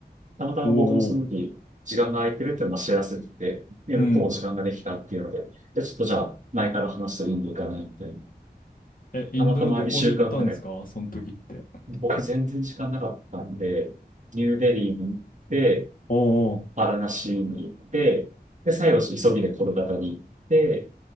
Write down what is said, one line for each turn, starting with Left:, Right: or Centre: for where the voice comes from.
Right: たまたま僕もその時、
Left: おーおー。
Right: 時間が空いてるっていうのは知らせてて、で、
Left: うん。
Right: 向こうも時間ができたっていうので、で、ちょっとじゃあ、前から話してインド行かないみたいな。
Left: え、インドのどこに行ったんですかその時って。
Right: たまたま一週間ぐらい。僕全然時間なかったんで、ニューデリーに行って、
Left: おうおう、
Right: パラナシーに行って、で、最後、急ぎでコルカタに行って、